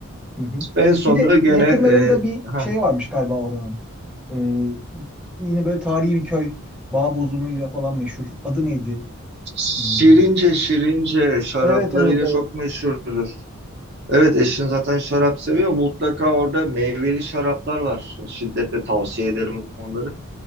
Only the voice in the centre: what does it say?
hı hı.
Bir de
yakınlarında
bir
şey varmış galiba oranın. Ee, yine böyle tarihi bir köy. Bağbozumuyla falan meşhur. Adı neydi?
Hmm,
Evet evet evet.